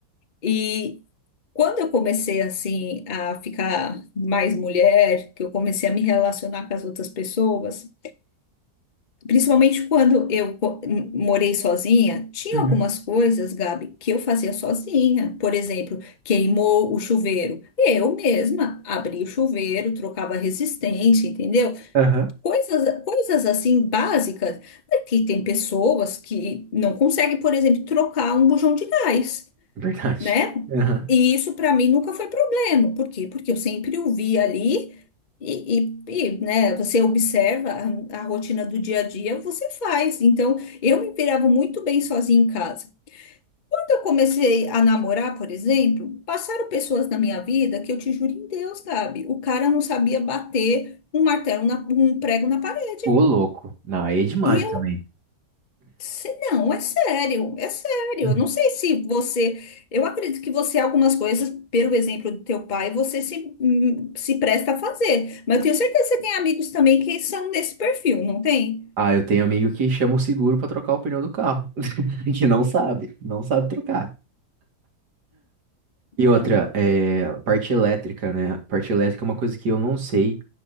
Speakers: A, on the left (about 45°); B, on the right (about 80°).
A: E quando eu comecei, assim, a ficar mais mulher, que eu comecei a me relacionar com as outras pessoas, principalmente quando eu co- m- morei sozinha, tinha
B: uhum.
A: algumas coisas, Gabi, que eu fazia sozinha. Por exemplo, queimou o chuveiro. Eu mesma abria o chuveiro, trocava a resistência, entendeu?
B: Aham.
A: Coisas, coisas assim básicas, porque tem pessoas que não conseguem, por exemplo, trocar um bujão de gás,
B: Verdade.
A: né?
B: Aham.
A: E isso para mim nunca foi problema. Por quê? Porque eu sempre o vi ali e, e- e, né, você observa a, a rotina do dia a dia, você faz. Então, eu me virava muito bem sozinha em casa. Quando eu comecei a namorar, por exemplo, passaram pessoas na minha vida que eu te juro em Deus, Gabi, o cara não sabia bater um martelo, na- um prego na parede.
B: Ô, louco. Não, aí é demais
A: E
B: também.
A: eu, se- não, é sério, é sério.
B: Uhum.
A: Eu não sei se você, eu acredito que você, algumas coisas, pelo exemplo do teu pai, você se, hum, se presta a fazer. Mas eu tenho certeza que você tem amigos também que são nesse perfil, não tem?
B: Ah, eu tenho amigo que chama o seguro pra trocar o pneu do carro, <laughs> que não sabe, não sabe trocar. E outra,
A: Então,
B: é, a parte elétrica, né? A parte elétrica é uma coisa que eu não sei